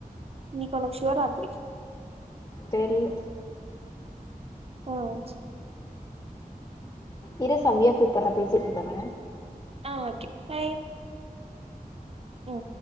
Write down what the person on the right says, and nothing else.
இன்னிக்கு ஒனக்கு ஷிவராத்ரி
ஆ ச்சி
ஆ ஓகே பாய் ம்